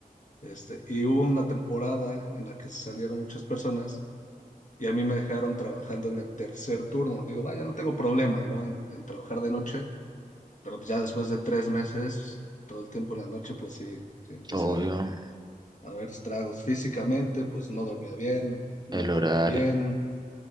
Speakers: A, on the left (about 55°); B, on the right (about 25°).
A: Este, y hubo una temporada en la que salieron muchas personas y a mí me dejaron trabajando en el tercer turno. Digo, vaya, no tengo problema, ¿no? En, en trabajar de noche, pero pues ya después de tres meses, todo el tiempo en la noche, pues sí, sí empecé
B: obvio,
A: a, a ver estragos físicamente, pues no dormía bien, no
B: el
A: comía
B: horario.
A: bien,